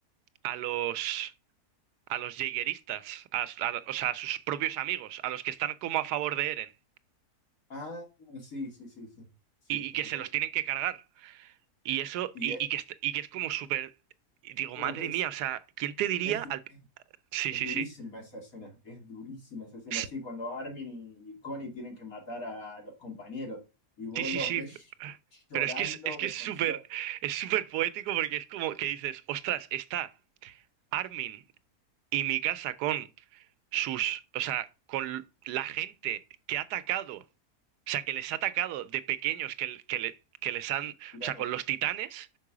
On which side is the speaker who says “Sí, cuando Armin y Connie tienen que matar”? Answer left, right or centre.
Left